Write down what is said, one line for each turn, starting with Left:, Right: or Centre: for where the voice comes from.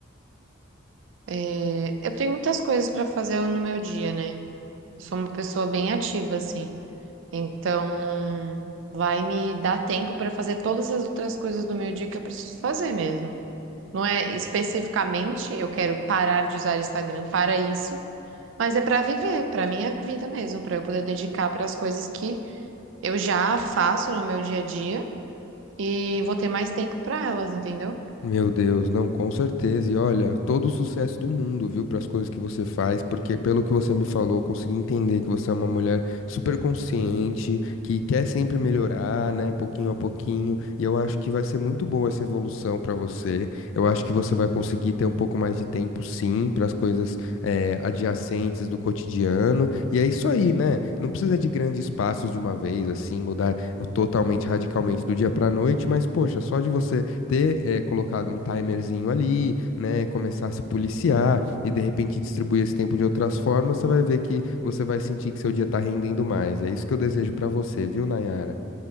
Right: é, eu tenho muitas coisas para fazer no meu dia, né? Eu sou uma pessoa bem ativa, assim. Então, vai me dar tempo para fazer todas as outras coisas do meu dia que eu preciso fazer mesmo. Não é especificamente eu quero parar de usar Instagram para isso, mas é para viver, para minha vida mesmo, para eu poder dedicar para as coisas que eu já faço no meu dia a dia e vou ter mais tempo para elas, entendeu?
Left: Meu Deus, não, com certeza. E olha, todo o sucesso do mundo, viu, para as coisas que você faz, porque pelo que você me falou, eu consegui entender que você é uma mulher super consciente, que quer sempre melhorar, né, pouquinho a pouquinho. E eu acho que vai ser muito boa essa evolução para você. Eu acho que você vai conseguir ter um pouco mais de tempo, sim, para as coisas eh, adjacentes do cotidiano. E é isso aí, né? Não precisa de grandes passos de uma vez, assim, mudar totalmente, radicalmente do dia para noite, mas poxa, só de você ter eh, colocado um timerzinho ali, né, começar a se policiar e de repente distribuir esse tempo de outras formas, você vai ver que você vai sentir que seu dia tá rendendo mais. É isso que eu desejo pra você, viu, Nayara?